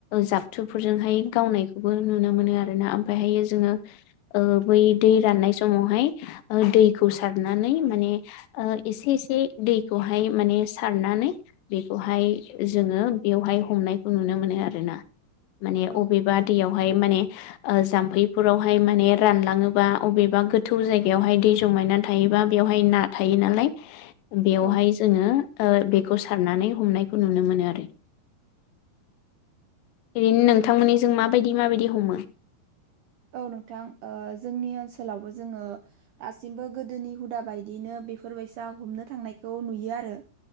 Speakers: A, on the left; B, on the right.
A: जाबथुफोरजों हाय गावनायखौबो नुनो मोनो आरोना ओमफ्रायहायो जोङो ओ बै दै राननाय समावहाय दैखौ सारनानै माने ओ एसे एसे दैखौहाय माने सारनानै बेखौहाय जोङो बेवहाय हमनायखौ नुनो मोनो आरोना माने
B: औ
A: अबेबा दैयावहाय माने ओ जाम्फैफोरावहाय माने रानलाङोबा अबेबा गोथौ जायगायावहाय दै जमायनानै थायो बा बेवहाय ना थायो नालाय बेवहाय
B: औ
A: जोङो ओ बेखौ सारनानै हमनायखौ नुनो मोनो आरो ओरैनो नोंथांमोननि जों माबायदि माबायदि हमो
B: औ नोंथां ओ जोंनि ओनसोलावबो जोङो दासिमबो गोदोनि हुदा बायदियैनो बेफोरबायसा हमनो थांनायखौ नुयो आरो।